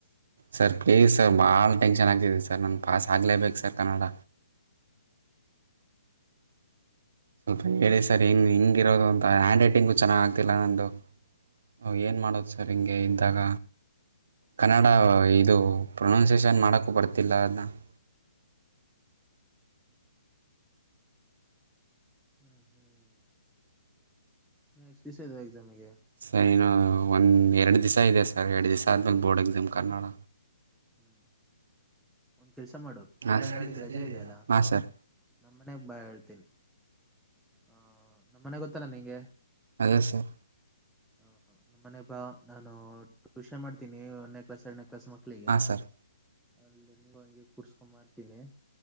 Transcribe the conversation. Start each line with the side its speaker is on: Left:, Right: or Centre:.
Right: ಸರ್ಪೇಶರ್ ಬಲ್ ಟೆನ್ಷನ್ ಆಗ್ತಿದೆ ಸರ್ ನಂಗೆ ಪಾಸ್ ಆಗಲೇಬೇಕು ಸರ್ ಕನ್ನಡ ಸ್ವಲ್ಪ ಹೇಳಿ ಸರ್ ಹೆಂ ಹಿಂಗಿರೋದು ಅಂತ ಹ್ಯಾಂಡ್ ರೈಟಿಂಗು ಚೆನ್ನಾಗ್ ಆಗ್ತಿಲ್ಲ ನನ್ನದು ಹ ಏನು ಮಾಡೋದು ಸರ್ ಹಿಂಗೆ ಇದ್ದಾಗ ಕನ್ನಡ ಇದು ಪ್ರೊನೌನ್ಸಿಯೇಷನ್ ಮಾಡಕ್ಕೂ ಬರ್ತಿಲ್ಲ ಅದನ್ನ <inaudible>
Centre: ಹ್ಮ್ ಹ್ಮ್ ಎಷ್ಟ್ ದಿವಸ ಇದೆ ಎಕ್ಸಾಮಿಗೆ
Right: ಸೈನ ಒಂದ ಎರಡು ದಿವಸ ಇದೆ ಸರ್ ಎರಡು ದಿವಸ ಆದ್ಮೇಲೆ ಬೋರ್ಡ್ ಎಕ್ಸಾಮ್ ಕನ್ನನಾಡ
Centre: ಹ್ಮ್ ಒ ಕೆಲ್ಸ ಮಾಡು
Right: ಹಾಂ
Centre: ನಾಳೆ
Right: ಸರ್
Centre: ನಾಡಿಗೆ ರಜೆ ಇದೆಯಲ್ಲ
Right: ಹಾಂ ಸರ್
Centre: ನಮ್ಮ್ ಮನೆಗ್ ಬಾ ಹೇಳ್ತೀನಿ ಹಹ ನಮ್ಮನೆ ಗೊತ್ತಲ್ಲ ನಿಂಗೆ
Right: ಅದೇ ಸರ್
Centre: ಹ ನಮ್ಮ ಮನೆಬಾ ನಾನು ಟ್ಯೂಷನ್ ಮಾಡ್ತೀನಿ ಒಂದೇ ಕ್ಲಾಸ್ ಎರನ ಅಕ್ಕಸ ಮಕ್ಳಿಗೆ
Right: ಹಾಂ ಸರ್
Centre: ಅಲ್ಲ ನೀ ಹಗೆ ಕುೂರ್ಸ್ಕೊಂಡ್ ಮಾಡ್ತೀನಿ